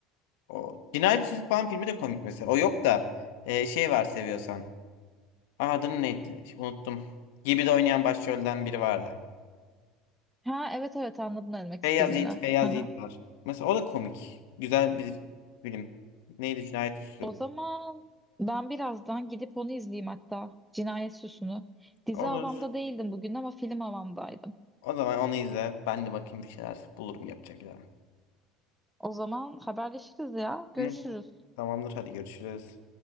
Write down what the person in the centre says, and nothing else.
Ha evet evet anladım ne demek
istediğini.
Hı hı.
O zaman ben birazdan gidip onu izleyeyim hatta. Cinayet Süsü'nü. Dizi
havamda değildim bugün ama film havamdaydım.
O zaman haberleşiriz ya.
Görüşürüz.